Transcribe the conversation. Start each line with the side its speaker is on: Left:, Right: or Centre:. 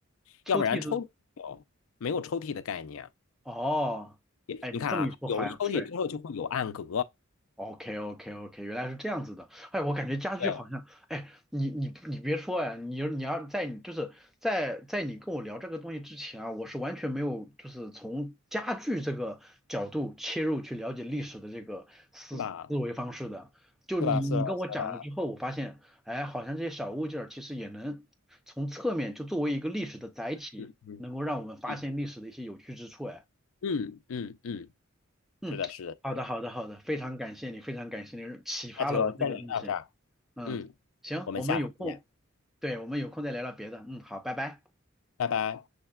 Centre: 抽屉是，
Left: 要不然抽屉有没有抽屉的概念？
Centre: 哦，
Left: 也你看啊，
Centre: 哎，你这么一说好像是。
Left: 有了抽屉之后就会有暗格，
Centre: OK OK OK，原来是这样子的。哎，我感觉家具好像，
Left: 对，
Centre: 哎，你你你别说哎，你你要在你就是在在你跟我聊这个东西之前啊，我是完全没有就是从家具这个角度切入去了解历史的这个思思维方式的。
Left: 是吧？
Centre: 就你你跟我讲了之后，
Left: 是吧？是吧？是吧？
Centre: 我发现，哎，好像这些小物件儿其实也能从侧面就作为一个历史的载体，
Left: 嗯嗯。
Centre: 能够让我们发现历史的一些有趣之处。
Left: 嗯嗯嗯嗯
Centre: 嗯，
Left: 是的，是的，
Centre: 好的，
Left: 是的。
Centre: 好的，好的，非常感谢你，非常感谢你启发了我这个东西。
Left: 那就先聊到这儿，
Centre: 嗯，
Left: 嗯，
Centre: 行，
Left: 我们下次见，
Centre: 我们有空，对，我们有空再聊聊别的。嗯，好，拜拜。
Left: 拜拜。